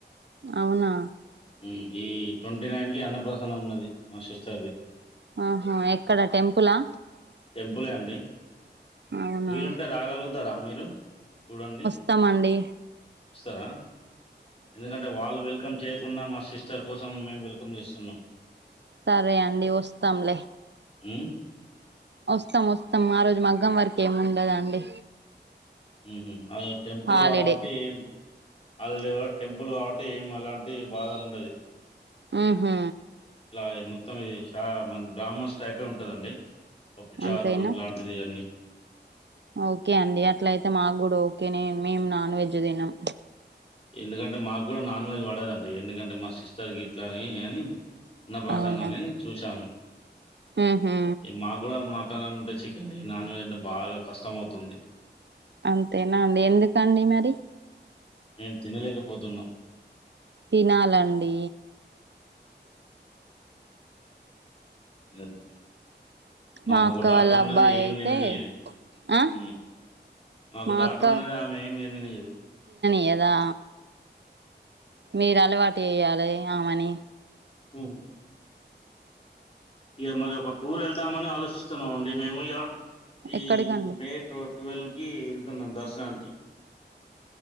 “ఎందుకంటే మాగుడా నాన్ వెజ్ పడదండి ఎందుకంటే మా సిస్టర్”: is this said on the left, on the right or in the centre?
Left